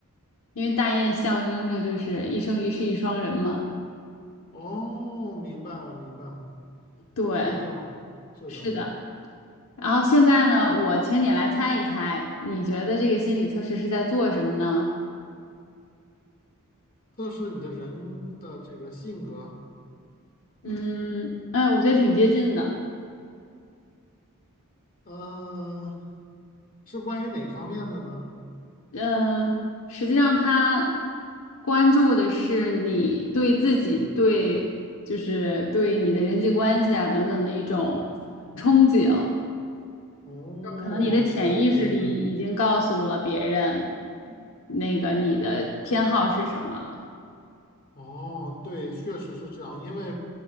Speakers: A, on the left; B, on the left.
A: 因为大雁象征着就是一生一世一双人嘛。
B: 哦，明白了，明白了，
A: 对，
B: 受教嘛，是的，
A: 是的。然后现在呢，我请你来猜一猜，你觉得这个心理测试是在做什么呢？
B: 测试你的人的这个性格，
A: 嗯，哎，我觉得挺接近的。
B: 呃，是关于哪方面的呢？
A: 嗯，实际上他关注的是你对自己、对就是对你的人际关系啊等等的一种憧憬，
B: 哦，
A: 就可能你的潜意识里已经告诉了别人
B: 对对对，
A: 那个你的偏好是什么。
B: 哦，对，确实是这样，因为